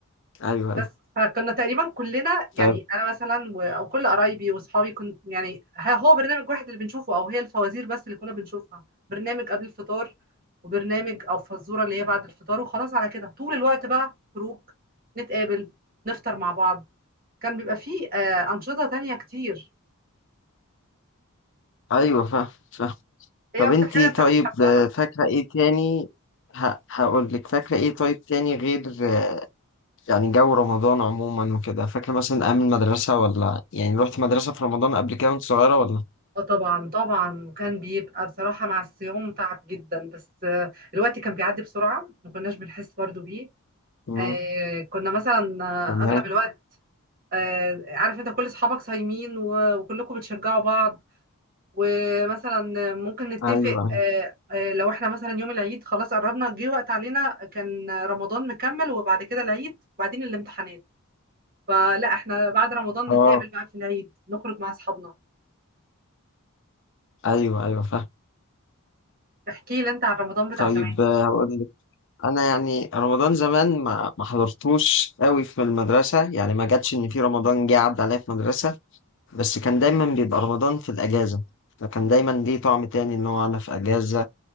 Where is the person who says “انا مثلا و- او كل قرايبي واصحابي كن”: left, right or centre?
Right